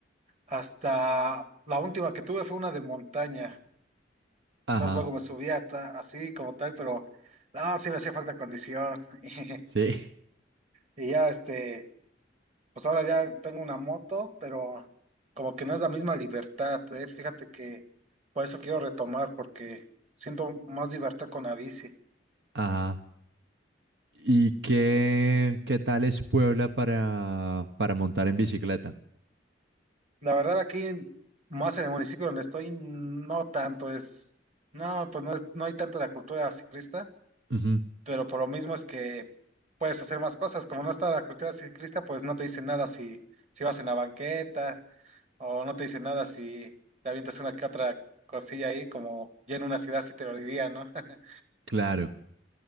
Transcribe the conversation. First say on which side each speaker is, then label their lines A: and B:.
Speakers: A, on the right; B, on the right.
A: Hasta la última que tuve fue una de montaña.
B: ajá,
A: Entonces luego me subía ta- así como tal, pero no, sí me hacía falta condición. <laughs>
B: sí,
A: Y, ya este, pues ahora ya tengo una moto, pero como que no es la misma libertad, eh. Fíjate que por eso quiero retomar, porque siento más libertad con la bici.
B: <laughs> ajá. ¿Y qué, qué tal es Puebla para, para montar en bicicleta?
A: La verdad aquí, en- más en el municipio donde estoy, no tanto es, no, pues no, es- no hay tanta la cultura ciclista.
B: Ujú,
A: pero por lo mismo es que puedes hacer más cosas. Como no está la cultura ciclista, pues no te dicen nada si, si vas en la banqueta o no te dicen nada si te avientas una que otra cosilla ahí, como ya en una ciudad sí te lo diría, ¿no? <laughs>
B: claro.